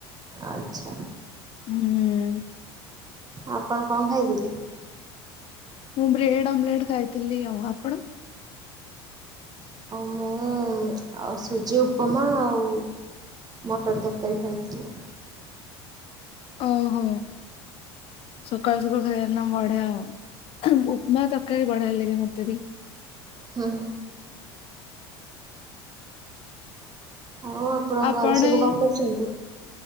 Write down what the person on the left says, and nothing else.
ହୁଁ ଉଁ।
ମୁଁ ବ୍ରେଡ ଅମଲେଟ୍ ଖାଇଥିଲି ଆଉ ଆପଣ?
ଓହୋ ସକାଳୁ ସକାଳୁ ଖାଇ ନ ବଢିଆ ଆଉ ଉପମା ତ କେ ବଢ଼ିଆ ଲାଗେ ମୋତେ ଭି।
ଆପଣ